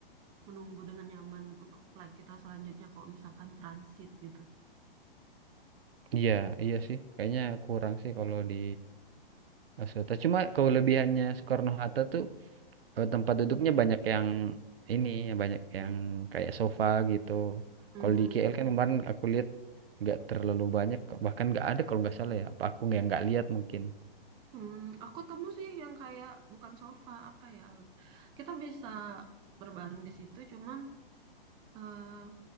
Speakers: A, on the right; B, on the right.
A: menunggu dengan nyaman untuk flight kita selanjutnya kalau misalkan transit gitu.
B: Iya, iya sih. Kayaknya kurang sih kalau di Soekarno-Hatta. Cuma kelebihannya Soekarno-Hatta tuh eh, tempat duduknya banyak yang ini, yang banyak yang kayak sofa gitu.
A: Hmm,
B: Kalau di KL kan kemarin aku lihat nggak terlalu banyak, bahkan nggak ada kalau nggak salah ya. Apa aku yang nggak lihat mungkin.
A: hmm, aku temu sih yang kayak bukan sofa apa ya? Kita bisa berbaring di situ, cuman eh